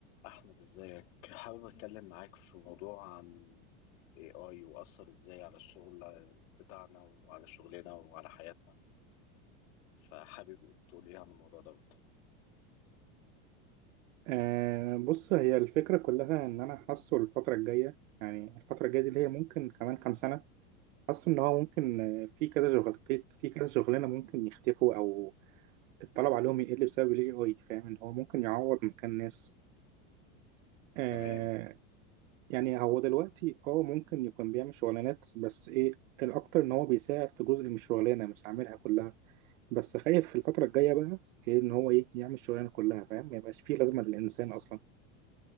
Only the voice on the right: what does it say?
أه بص هي الفكرة كلها إن أنا حاسه الفترة الجاية يعني الفترة الجاية دي اللي هي ممكن كمان كام سنة حاسه إن هو ممكن آه، في كذا شغل في كذا شغلانة ممكن يختفوا أو الطلب عليهم يقل بسبب ال AI فاهم إن هو ممكن يعوض مكان ناس أه
يعني هو دلوقتي أه ممكن يكون بيعمل شغلانات بس إيه الأكتر إن هو بيساعد في جزء من الشغلانة مش عاملها كلها بس خايف في الفترة الجاية بقى إيه إن هو إيه يعمل الشغلانة كلها فاهم ما يبقاش فيه لازمة للإنسان أصلا